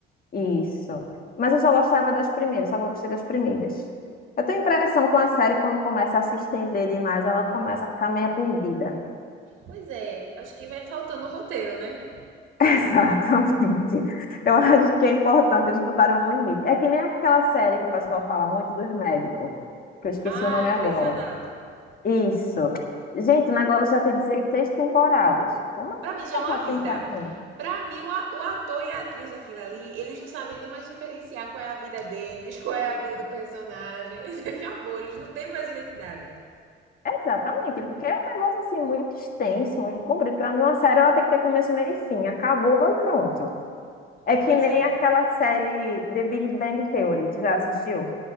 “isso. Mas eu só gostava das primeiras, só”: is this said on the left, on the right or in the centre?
Left